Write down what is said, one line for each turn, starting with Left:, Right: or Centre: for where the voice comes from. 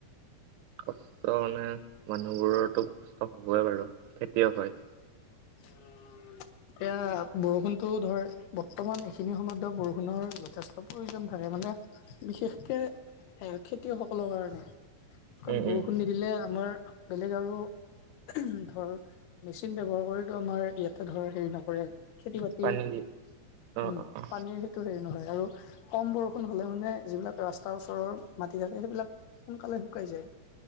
Right: কষ্ট মানে <unintelligible> মানুহবোৰৰটো কষ্ট হ'বই বাৰু খেতিয়ক হয়। <unintelligible>
Left: <unintelligible> এতিয়া বৰষুণটো ধৰ বৰ্তমান এইখিনি সময়তটো বৰষুণৰ যথেষ্ট প্ৰয়োজন থাকে মানে বিশেষকে <unintelligible> খেতিয়কসকলৰ কাৰণে। কাৰণ
Right: উম
Left: বৰষুণ
Right: উম
Left: নিদিলে আমাৰ <unintelligible> বেলেগ আৰু <unintelligible> ধৰ মেচিন ব্যৱহাৰ কৰি <unintelligible> টো আমাৰ ইয়াতে ধৰ হেৰি নকৰে, খেতি-বাতিৰ
Right: পানী দি অ
Left: উম!
Right: অ
Left: পানীৰ সেইটো হেৰি নহয় আৰু <unintelligible> কম বৰষুণ হ'লে মানে যিবিলাক ৰাস্তাৰ ওচৰৰ মাটি থাকে সেইবিলাক <unintelligible> সোনকালে শুকাই যায়। <inaudible>